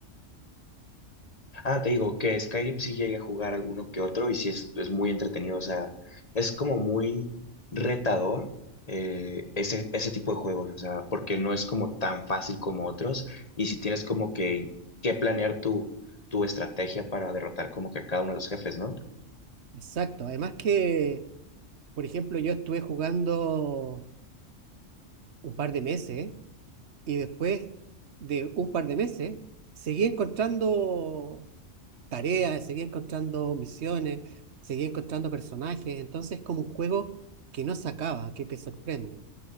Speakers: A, on the left (about 30°); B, on the right (about 60°).
A: Ah, te digo que Skyrim sí llega a jugar alguno que otro y sí es, es muy entretenido. O sea, es como muy retador eh, ese, ese tipo de juegos. O sea, porque no es como tan fácil como otros. Y si tienes como que, que planear tu, tu estrategia para derrotar como que a cada uno de los jefes, ¿no?
B: Exacto. Además que, por ejemplo, yo estuve jugando un par de meses y después de un par de meses seguí encontrando. tareas, seguía encontrando misiones, seguía encontrando personajes. Entonces, es como un juego que no se acaba, que te sorprende.